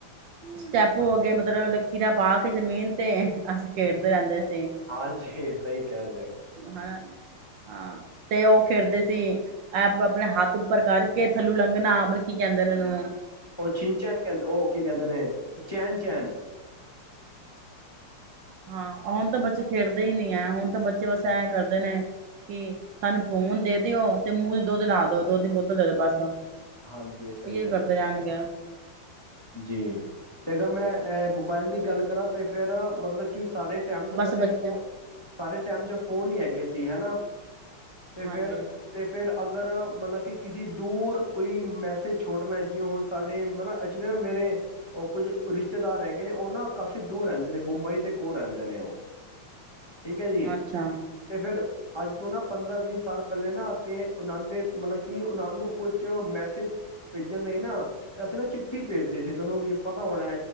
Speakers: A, on the right; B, on the left.
A: ਸਟੈਪੂ ਹੋ ਗੇ। ਮਤਲਬ ਲਕੀਰਾਂ ਪਾ ਕੇ ਜਮੀਨ ਤੇ ਅਸੀਂ ਖੇਡਦੇ ਰਹਿੰਦੇ ਸੀ।
B: ਹਾਂ, ਜੇਲਣ ਕਿਆ।
A: ਹਨਾ। ਹਾਂ, ਤੇ ਉਹ ਖੇਡਦੇ ਸ ਤੇ ਵੇ ਆਪਣੇ ਹੱਥ ਉੱਪਰ ਕਰ ਕੇ ਥੱਲੂ ਲੰਘਣਾ। ਬਰ ਕੀ ਕਹਿੰਦੇ ਨੇ ਓਨੁ
B: ਉਹ ਛਿਨਚੈਨ ਕਹਦ ਉਹ ਕੀ ਕਹਿੰਦੇ ਨੇ ਚੈਨ- ਚੈਨ।
A: ਹਾਂ ਹੁਣ ਤਾਂ ਬੱਚੇ ਖੇਡਦੇ ਈ ਨਈ ਐ। ਹੁਣ ਤਾਂ ਬੱਚੇ ਬਸ ਐ ਕਰਦੇ ਨੇ ਕਿ ਸਾਨੂੰ ਫੋਨ ਦੇ ਦਿਓ ਤੇ ਮੂੰਹ ਦੀ ਦੁੱਧ ਲਾ ਦੋ, ਦੁੱਧ ਦੀ ਬੋਤਲ ਦੇ ਦੋ ਬਸ।
B: ਹਾਂਜੀ ਸਹੀ
A: ਇ
B: ਕਹਿੰਦੇ
A: ਕਰਦੇ ਰਹਿਣਗੇ
B: ਪਏ ਹੋ। ਜੀ। ਤੇ ਅਗਰ ਮੈਂ ਅ ਮੋਬਾਇਲ ਦੀ ਗੱਲ ਕਰਾਂ ਤੇ ਫਿਰ ਮਤਲਬ ਕਿਸ ਸਾਡੇ ਟਾਈਮ ਤੋਂ
A: ਬਸ
B: ਪਹਿਲੇ
A: ਬੱਚੇ
B: ਫੋਨ ਸਾਡੇ ਟਾਈਮ ਚ ਫੋਨ ਨਹੀਂ ਹੈਗੇ ਸੀ ਹੈਨਾ। ਤੇ ਫਿਰ-ਤੇ
A: ਹਾਂਜੀ
B: ਫਿਰ ਅਗਰ ਮਤਲਬ ਕਿ ਕਿਸੀ ਦੂਰ ਕੋਈ ਮੈਸੇਜ ਛੋੜਣਾ ਜਿਵੇਂ ਹੁਣ ਸਾਡੇ ਮਤਲਬ ਜਿਵੇ ਉਹ ਮੇਰੇ ਉਹ ਕੁੱਝ ਰਿਸ਼ਤੇਦਾਰ ਹੈਗੇ ਨੇ ਉਹ ਨਾ ਕਾਫੀ ਦੂਰ ਰਹਿੰਦੇ ਨੇ ਬੰਬਈ ਦੇ ਕੋਲ ਰਹਿੰਦੇ ਨੇ ਉਹ। ਠੀਕ ਹੈ ਜੀ
A: ਅੱਛਾ
B: ਤੇ ਫਿਰ ਅੱਜ ਤੋਂ ਨਾ ਪੰਦਰਾਂ ਵੀਹ ਸਾਲ ਪਹਿਲੇ ਨਾ ਤੇ ਉਹਨਾਂ ਦੇ ਮਤਲਬ ਕਿ ਉਹਨਾਂ ਨੂੰ ਕੁਛ ਮੈਸੇਜ ਭੇਜਣ ਲਈ ਨਾ ਤੇ ਅਸੀਂ ਨਾ ਚਿੱਠੀ ਭੇਜਦੇ ਸੀ ਤੁਹਨੂੰ ਵੀ ਪਤਾ ਹੋਣਾ